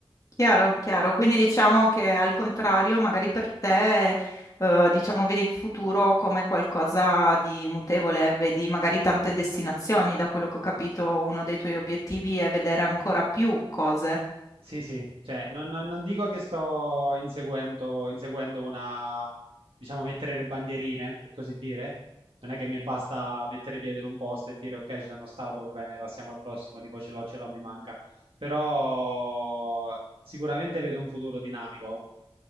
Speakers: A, on the left; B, on the right.
A: Chiaro, chiaro. Quindi diciamo che al contrario, magari per te, eh, diciamo, vedi il futuro come qualcosa di mutevole, vedi magari tante destinazioni. Da quello che ho capito, uno dei tuoi obiettivi è vedere ancora più cose.
B: Sì, sì, cioè non, non- non dico che sto inseguendo, inseguendo una, diciamo, mettere le bandierine, per così dire. Non è che mi basta mettere piede in un posto e dire ok, ci sono stato, bene, passiamo al prossimo, tipo ce l'ho, ce l'ho, mi manca. Però sicuramente vedo un futuro dinamico.